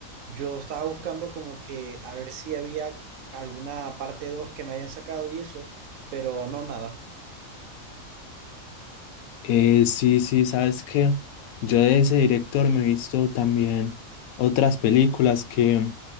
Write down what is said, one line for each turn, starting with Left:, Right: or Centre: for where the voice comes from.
Right: yo estaba buscando como que a ver si había alguna parte 2 que no hayan sacado y eso, pero no nada.
Left: Eh, sí, sí, sabes que yo de ese director me he visto también otras películas que